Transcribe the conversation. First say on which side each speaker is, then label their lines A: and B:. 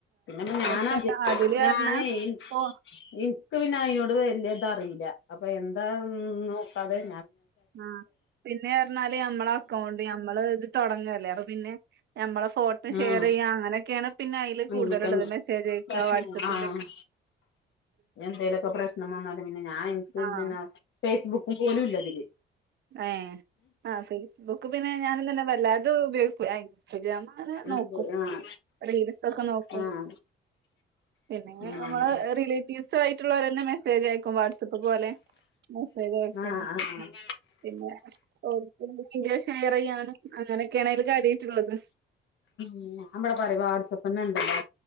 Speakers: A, on the left; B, on the right.
A: പിന്നെപ്പ
B: പക്ഷെ
A: ഞാനത് ഞാനത്
B: അതില് പറഞ്ഞ
A: ഞാനെയ് -
B: ഓ
A: ഇക്ക് പിന്നെ അയിനോട് വലിയ ഇത് അറീല്ല അപ്പൊ എന്താ ഒന്നും അപ്പതെയ്
B: ആഹ പിന്നെ പറഞ്ഞാല് ഞമ്മള അക്കൗണ്ട് ഞമ്മള് ഇത് തുടങ്ങല്ലേ അപ്പ പിന്നെ ഞമ്മളേ ഫോട്ടോ ഷെയർ
A: ആഹ്
B: ചെയ്യുക അങ്ങനെയൊക്കെയാണ് പിന്നെ അതിൽ
A: അങ്ങനൊക്കെണ്ട്
B: കൂടുതലുള്ളത് മെസ്സേജ്അയക്കുക
A: പ്രശ്നം
B: വാട്സപ്പിന്റെ
A: ആഹ് എന്തേലൊക്കെ പ്രശ്നം വന്നാലും പിന്നെ ഞാൻ ഇൻസ്
B: ആഹ്
A: ഫേസ്ബുക്ക് <unintelligible>
B: ഏ ആ ഫേസ്ബുക്ക് പിന്നെ ഞാനും തന്നെ വല്ല അത് ഉപയോഗികൂല ഇൻസ്റ്റാ അങ്ങനെ നോക്കും
A: ഉണ്ട് ആഹ്
B: റീൽസൊക്കെ നോക്കും
A: ആഹ്
B: പിന്നെങ്ങി
A: ആഹ്
B: നമ്മള് റിലേറ്റീവ്സ് ആയിട്ടുള്ളവരെ മെസ്സേജ് മെസ്സേജ് അയക്കും വാട്ആപ്പ് പോലെ <unintelligible> സ്സേജയക്കും
A: ആഹ് ആഹ്
B: പിന്നെ ഓർക്ക വീഡിയോ ഷെയർ ചെയ്യാണ് അങ്ങനെ ഒക്കെയാണ് അത് കാര്യയി ട്ടുള്ളത്
A: ഉ നമ്മടെ പറയ വാട്സആപ്പ് തന്നെ ഉണ്ടല്ലോ